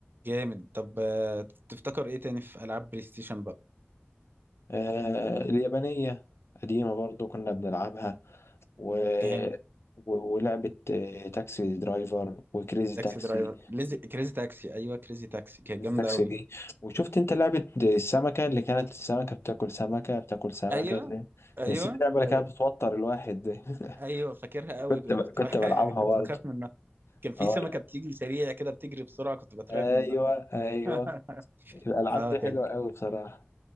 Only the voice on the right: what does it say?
جامد طب آه، تفتكر ايه تاني في العاب بلاي ستيشن بقى
جامد
تاكسي
درايفر ليزي... كريزي تاكسي ايوه كريزي تاكسي كانت
جامده
قوي
ايوه
ايوه
ايوه
ايوه فاكرها قوي
كنت
ب... <laughs>
كنت
بخاف منها كان في
سمكه بتيجي سريعه كده بتجري بسرعه كنت بترعب
منها
<laughs>
اه
كانت